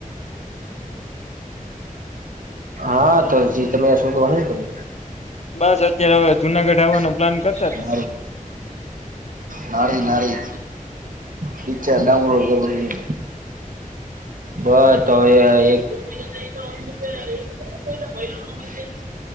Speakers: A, on the right; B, on the left.
A: <inaudible> <inaudible> હા, તો તમે શું કરો કર્યું.
B: બસ અત્યારે હવે, જુનાગઢ આવવાનો
A: <inaudible>
B: પ્લાન કરતા હતા
A: નારી નારી. પિક્ચર ડાઉનલોડ કરવું છું. બસ તોવે એક. <unintelligible>